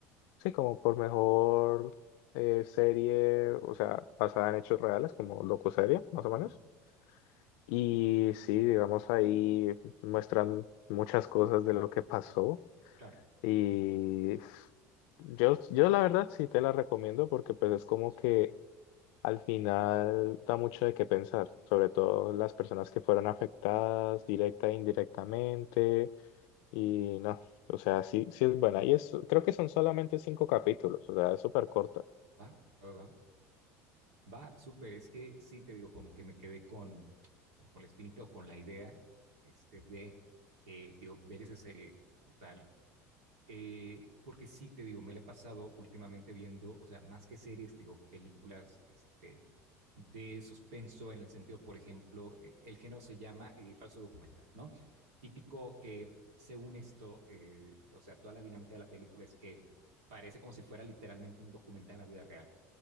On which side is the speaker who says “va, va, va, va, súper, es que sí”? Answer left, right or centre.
Right